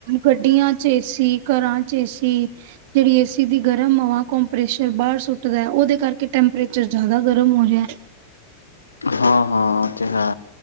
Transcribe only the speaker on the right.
ਗੱਡੀਆਂ 'ਚ ਏਸੀ ਘਰਾਂ 'ਚ ਏਸੀ ਜੇੜੀ ਏਸੀ ਦੀ ਗਰਮ ਹਵਾ ਕਪੈਸ਼ਰ ਬਾਰ ਸੁ ਟਦਾ ਉਹਦੇ ਕਰਕੇ ਟੈਂਪਰੇਚਰ ਜਾਦਾ ਗਰਮ ਹੋ ਰਿਆ।